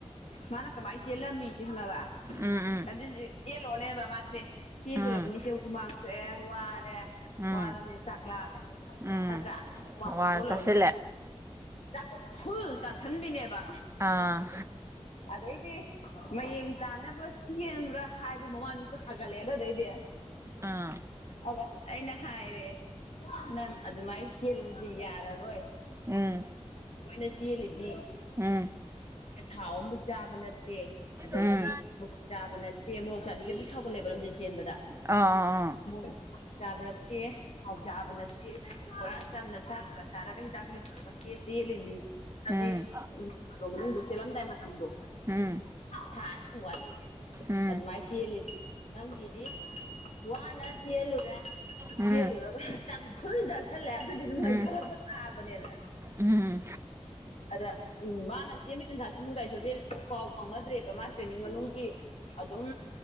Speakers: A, on the left (about 70°); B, on the right (about 25°).
A: ꯃꯥꯅ ꯀꯃꯥꯏ ꯆꯦꯜꯂꯝꯃꯤ ꯆ ꯏꯪꯉꯥꯕ
B: ꯎꯝ ꯎꯝ
A: ꯂꯝꯖꯦꯟꯖꯦ ꯆꯦꯜꯂꯣꯅꯦꯕ ꯃꯥꯁ ꯁꯦ ꯆꯦꯜꯂꯨꯔꯕꯅꯤ
B: ꯎꯝ
A: ꯁꯦ ꯈꯨꯨꯃꯥꯡ ꯊꯣꯛꯑꯦ ꯋꯥꯔꯦ
B: ꯎꯝ
A: ꯋꯥꯔꯕꯅꯤ ꯆꯥꯛ ꯂꯥꯝꯃꯦ
B: ꯎꯝ
A: ꯅꯠꯇ꯭ꯔꯥ ꯍꯨꯃꯥꯡꯗꯣ
B: ꯍꯋꯥꯏ
A: ꯊꯣꯛꯍꯜꯂꯨ꯭ꯔꯝꯅꯤꯅ
B: ꯆꯥꯁꯤꯜꯂꯦ
A: ꯆꯥꯛ ꯇꯣ ꯐꯨꯜ ꯆꯥꯁꯟꯕꯤꯅꯦꯕ
B: ꯑꯥ
A: ꯑꯗꯩꯗꯤ ꯃꯌꯦꯡ ꯇꯥꯅꯕ ꯁꯦꯝꯕ꯭ꯔꯥ ꯍꯥꯏꯕ ꯕꯨ ꯃꯃꯥꯏ ꯃꯤꯇꯣ ꯍꯥꯒꯠꯂꯛꯑꯦꯗꯣ ꯗꯩꯗꯤ
B: ꯑꯥ
A: ꯑꯗ ꯑꯩꯅ ꯍꯥꯏꯔꯦ ꯅꯪ ꯑꯗꯨꯃꯥꯏ ꯆꯦꯜꯂꯗꯤ ꯌꯥꯔꯔꯣꯏ
B: ꯎꯝ
A: <unintelligible> ꯆꯦꯜꯂꯤꯗꯤ
B: ꯎꯝ
A: ꯊꯥꯎ ꯑꯝꯕꯨꯛ ꯆꯥꯕ ꯅꯠꯇꯦ ꯑꯗꯒꯤ
B: ꯎꯝ
A: ꯃꯣꯔꯣꯛ ꯆꯥꯕ ꯅꯠꯇꯦ ꯃꯣꯔꯣꯛ ꯆꯥꯗꯤꯗꯤ ꯁꯧꯎꯒꯠꯂꯦꯕ ꯂꯝꯖꯦꯟ ꯆꯦ ꯕꯗ
B: ꯑꯥ ꯑꯥ ꯑꯥ
A: ꯃꯣꯛ ꯆꯥꯕ ꯅꯠꯇꯦ ꯊꯥꯎ ꯆꯥꯕ ꯅꯠ ꯆꯦ ꯄꯨꯔꯥ ꯆꯝꯅ ꯆꯥꯛ ꯈ꯭ꯔ ꯈ꯭ꯔ ꯆꯥꯔꯒ ꯍꯤꯗꯥꯛ ꯒꯨꯂꯤ ꯇꯧꯔꯒ ꯆꯦ ꯆꯦꯜꯂꯤꯅꯤ ꯍꯥꯏꯕꯗꯤ
B: ꯎꯝ
A: ꯀꯅꯣ ꯃꯅꯨꯡꯗꯣ ꯆꯦꯜꯂꯝꯗꯥꯏ ꯃꯇꯝꯗꯣ
B: ꯎꯝ
A: ꯊꯥ ꯑꯅꯤ ꯍꯨꯝ ꯋꯥꯠꯂꯤꯁꯦ
B: ꯎꯝ
A: ꯑꯗꯨꯃꯥꯏ ꯆꯦꯂꯤ ꯅꯪꯒꯤꯗꯤ ꯋꯥꯅ ꯆꯦꯂꯨꯔꯦ
B: ꯎꯝ
A: ꯆꯦꯂꯨꯔꯒ ꯆꯥꯛ ꯐꯨꯜ ꯆꯥ ꯁꯜꯂꯦ ꯑꯗꯨꯗꯤ ꯗꯨꯝ
B: ꯎꯝ
A: ꯅꯣꯏꯈꯠꯂꯛꯄ ꯇꯥꯕꯅꯦꯕ
B: ꯎꯝ
A: ꯑꯗ ꯎꯝ ꯃꯥꯅ ꯆꯦꯟꯕꯩ ꯇꯟꯖꯥꯁꯤꯃꯨꯛ ꯗꯥꯏꯁꯣꯁꯦ ꯄꯥꯎ ꯐꯥꯎꯅꯗ꯭ꯔꯦꯕ ꯃꯥ ꯇ꯭ꯔꯦꯅꯤꯡ ꯃꯅꯨꯡꯒꯤ ꯑꯗꯨꯝ